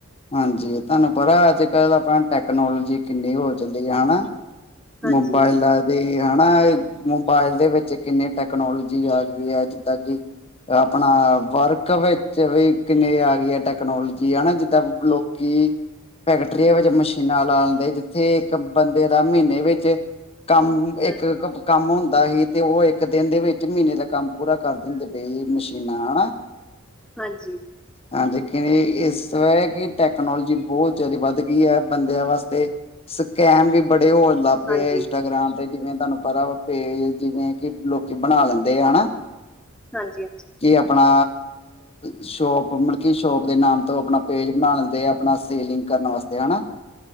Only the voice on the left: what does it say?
ਹਾਂਜੀ, ਤੁਹਾਨੂੰ ਪਤਾ ਅੱਜ-ਕੱਲ੍ਹ ਆਪਣਾ ਟੈਕਨੋਲੋਜੀ ਕਿੰਨੀ ਹੋ ਚੱਲੀ ਐ ਹਨਾ?
ਮੋਬਾਈਲ ਐ ਤੇ ਹਨਾ? ਮੋਬਾਇਲ ਦੇ ਵਿੱਚ ਕਿੰਨੇ ਟੈਕਨੋਲੋਜੀ ਆ ਗਈ ਐ, ਜਿੱਦਾਂ ਕਿ ਆਪਣਾ ਵਰਕ ਵਿੱਚ ਵੀ ਕਿੰਨੀ ਆ ਗਈ ਐ ਇਹ ਟੈਕਨੋਲੋਜੀ ਹਨਾ ਜੀ? ਸਭ ਲੋਕੀ ਫੈਕਟਰੀਆਂ ਵਿੱਚ ਮਸ਼ ਨਾ ਲਾਂ ਦਿੰਦੇ ਜਿੱਥੇ ਇੱਕ ਬੰਦੇ ਦਾ ਮੀਨੇ ਵਿੱਚ ਕੰਮ
ਇੱਕ ਕੰਮ ਹੁੰਦਾ ਸੀ ਤੇ, ਓ ਇੱਕ ਦਿਨ ਦੇ ਵਿੱਚ ਮੀਨੇ ਦਾ ਕੰਮ ਪੂਰਾ ਕਰ ਦਿੰਦੇ ਪਏ ਮਸ਼ੀਨਾਂ ਨਾਲ ਹਨਾ?
ਹਾਂਜੀ, ਲੇਕਿਨ ਇਸ ਸਵੇਰੇ ਕਿ ਟੈਕਨੋਲੋਜੀ ਬਹੁਤ ਜਿਆਦਾ ਵੱਧ ਗਈ ਐ, ਬੰਦਿਆਂ ਵਾਸਤੇ। ਸਕੈਮ ਵੀ ਬੜੇ ਹੋਣ ਲੱਗ ਪਏ
ਇੰਸਟਾਗ੍ਰਾਮ ਤੇ ਜਿਵੇਂ ਤੁਹਾਨੂੰ ਪਤਾ ਵਾ ਪੇਜ, ਜਿਵੇਂ ਕਿ ਲੋਕੀ ਬਣਾ ਲੈਂਦੇ ਆ ਨਾ?
ਕਿ ਆਪਣਾ ਸ਼ੋਪ ਮਲਕੀ ਸ਼ੋਪ ਦੇ ਨਾਮ ਤੋਂ ਆਪਣਾ ਪੇਜ ਬਣਾ ਲੈਂਦੇ ਆ ਆਪਣਾ ਸੇਲਿੰਗ ਕਰਨ ਵਾਸਤੇ ਹਨਾ?